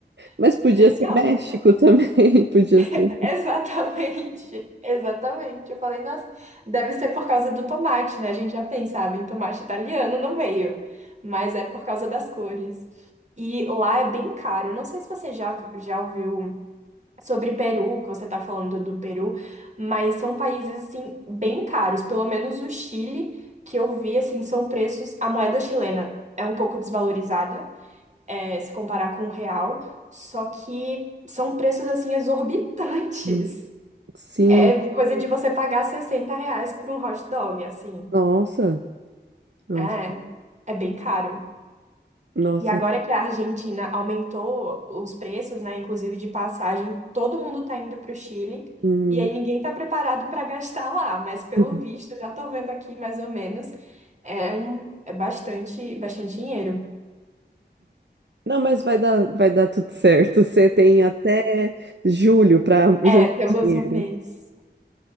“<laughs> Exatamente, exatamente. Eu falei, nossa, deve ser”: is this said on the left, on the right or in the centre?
Right